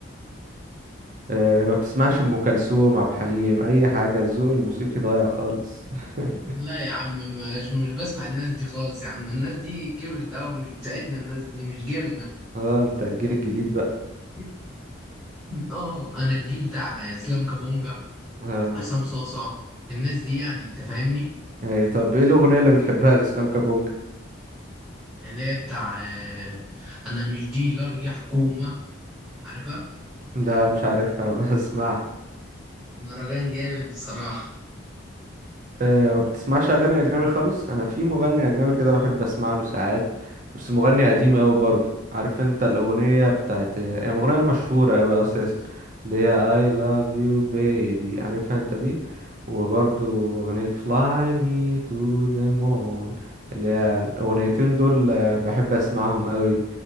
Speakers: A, on the right; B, in the centre.
A: آه، ما بتسمعش أم كلثوم عبد الحليم أي حاجة الذوق الموسيقي ضايع خالص <laughs>
B: لا يا عم مش مش بسمع الناس دي خالص يا عم الناس دي كبرت أوي مش بتاعتنا الناس دي مش جيلنا
A: اه انت الجيل الجديد بقى
B: <laughs> اه انا الجيل بتاع اسلام كابونجا
A: اه
B: عصام صاصة الناس دي يعني انت فاهمني
A: أيوة طب ايه الأغنية اللي بتحبها لإسلام كابونج
B: اللي هي بتاع آه، انا مش ديلر يا حكومة عارفها
A: لا مش عارفها <laughs> بسمعها
B: مهرجان جامد بصراحة
A: أه ما بتسمعش اغاني اجنبي خالص انا في مغني اجنبي كده بحب اسمع له ساعات بس مغني قديم قوي برضو عارف انت الاغنيه بتاعت هي مغنيه مشهوره قوي اساسا اللي هي I love you baby عارفها انت دي وبرضو اغنيه fly me to the moon اللي هي الاغنيتين دول آه، بحب اسمعهم قوي